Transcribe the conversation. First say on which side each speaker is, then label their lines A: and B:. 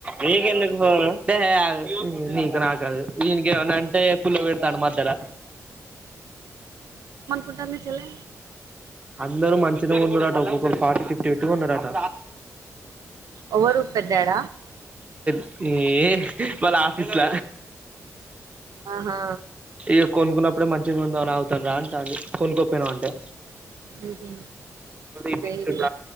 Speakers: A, on the right (about 25°); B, on the right (about 90°).
A: నీకెందుకు ఫోను దెయ అగు నీకు నాక్కాదు ఇన్ గేమన్నంటే పుల్ల పెడతాడు మద్దెల
B: ఉంటాంది చెల్లే
A: అందరు మంచిదె కొన్నారంట ఒక్కొక్కరు ఫోర్త్య్ ఫిఫ్టీ పెట్టు కొన్నారంట
B: ఒవ్వరు పెదేడ
A: చ్ ఏ వాళ్ళ ఆఫీస్ల
B: ఆహా
A: ఈ కొన్ కునపుడె మంచ్ తిరువందానావ్ తన్ రా అంటాంది అన్ని కొనుక్కొపొయ్నావ్ అంటె
B: ఏపీ
A: ఇప్పించుట
B: నేను